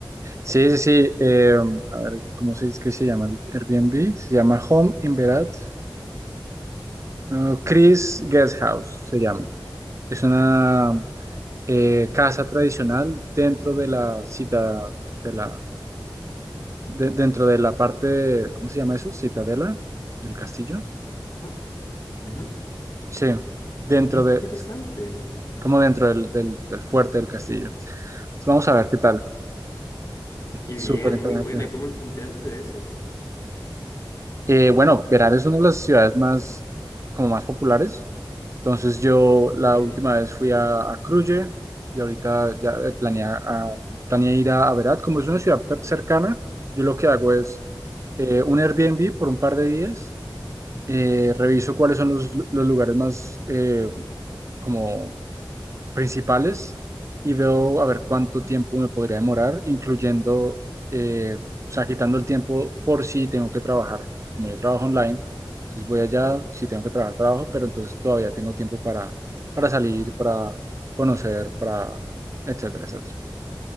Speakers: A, on the right; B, on the left.
A: Sí, sí, sí. eh, a ver, ¿cómo se dice que se llama el Airbnb? Se llama Home in Berat.
B: Tirana.
A: eh, Chris Guest House se llama. Es una eh, casa tradicional dentro de la cita, de la, de- dentro de la parte, ¿cómo se llama eso? Citadela del castillo.
B: ¿No? Ujú.
A: Sí, dentro
B: Qué interesante.
A: de, como dentro del, del- del fuerte del castillo. Entonces, vamos a ver qué tal.
B: Qué
A: Súper
B: bien,
A: interesante.
B: muy buena. ¿y ¿Cómo te enteraste de eso?
A: Eh, bueno, Verán es una de las ciudades más, como más populares. Entonces yo la
B: Ok.
A: última vez fui a, a Cruye y ahorita ya eh, planeé, a- planeé ir a, a Berat. Como es una ciudad per- cercana, yo lo que hago es
B: Ujú,
A: eh, un Airbnb por un par de días. eh,
B: ¿Ya?
A: reviso cuáles son los, los lugares más eh, como principales y veo a ver cuánto tiempo me podría demorar, incluyendo, eh, o sea, quitando el tiempo por si tengo que trabajar. pues, Como yo trabajo online, entonces voy allá, si tengo que trabajar, trabajo, pero entonces todavía tengo tiempo para, para salir, para conocer, para, etcétera, etcétera.